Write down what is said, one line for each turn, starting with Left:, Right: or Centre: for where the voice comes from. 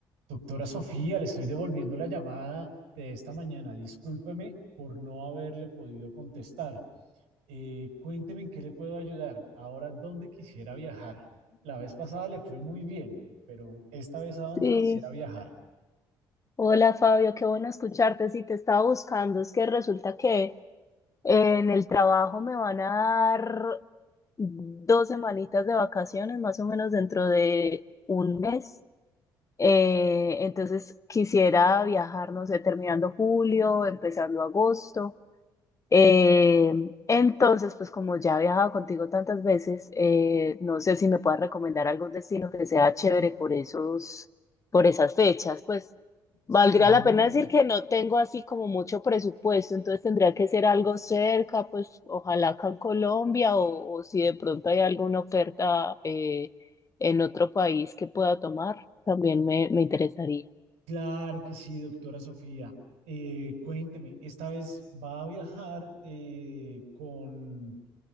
Right: Doctora Sofía, le estoy devolviendo la llamada de esta mañana. Discúlpeme por no haberle podido contestar. Eh, cuénteme en qué le puedo ayudar. Ahora, ¿dónde quisiera viajar? La vez pasada le fue muy bien, pero esta vez ¿a dónde
Left: Sí,
Right: quisiera viajar?
Left: hola Fabio, qué bueno escucharte. Si te estaba buscando, es que resulta que eh, en el trabajo me van a dar dos semanitas de vacaciones, más o menos dentro de un mes. Eh, entonces quisiera viajar, no sé, terminando julio, empezando agosto. Eh, entonces, pues como ya he viajado contigo tantas veces, eh, no sé si me puedas recomendar algún destino que sea chévere por esos, por esas fechas. Pues
Right: Sí,
Left: valdría la pena decir que no tengo así como mucho presupuesto, entonces tendría que ser algo cerca, pues ojalá acá en Colombia o, o si de pronto hay alguna oferta eh, en otro país que pueda tomar, también me, me interesaría.
Right: claro que sí, doctora Sofía. Eh, cuénteme, ¿esta vez va a viajar eh, con